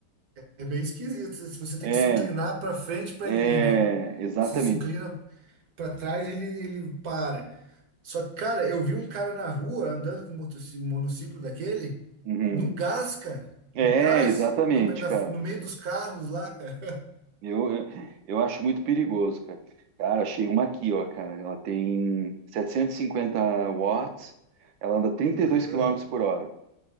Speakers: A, on the right (about 55°); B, on the right (about 75°).
A: é meio esquisito. Você você tem
B: É,
A: que se inclinar pra frente pra
B: é,
A: ele ir, né?
B: exatamente.
A: Você se inclina Pra trás ele, ele para. Só que, cara, eu vi um cara na rua andando com um motoci- um monociclo daquele
B: Uhum.
A: no gás, cara. No
B: É,
A: gás.
B: exatamente,
A: No, me- na-
B: cara.
A: no meio dos carros lá, cara.
B: Eu, eu eu acho muito perigoso, cara. Cara, achei uma aqui, ó, cara. Ela tem 750 watts, ela anda 32
A: <laughs> Aham.
B: quilômetros por hora.